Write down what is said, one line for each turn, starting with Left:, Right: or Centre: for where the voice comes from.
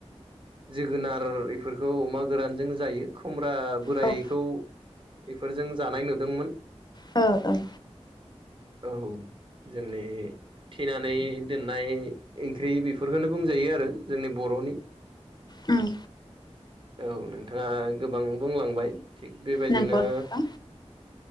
Right: जोगोनार इफोरखौ अमा गोरानजों जायो। खुमब्रा बोरायखौ
Left: औ
Right: इफोरजों जानाय नुदोंमोन।
Left: औ औ
Right: औ जोंनि थिनानै दोननाय ओंख्रि बेफोरखौनो बुंजायो आरो जोंनि बर'नि <inaudible>
Left: उम
Right: औ नोंथाङा गोबां बुंलांबाय। थिग बेबायदिनो
Left: नंगौ नोंथां